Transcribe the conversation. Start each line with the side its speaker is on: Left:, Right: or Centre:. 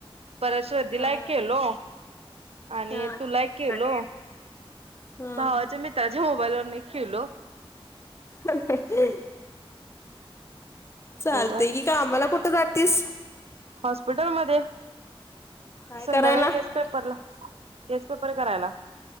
Right: परत श्रदीला
Left: हा
Right: एक केलो. आणि
Left: हा
Right: तुला एक केलो.
Left: आणि हा
Right: भावाच्या मित्राची मोबाईलवरन एक‌ केलो.
Left: <inaudible> चालतय
Right: बघू
Left: की, कामाला कुठ जातीस?
Right: हॉस्पिटल मध्ये.
Left: काय
Right: संध्याकाळी
Left: करायला
Right: केस पेपरला. केस पेपर करायला.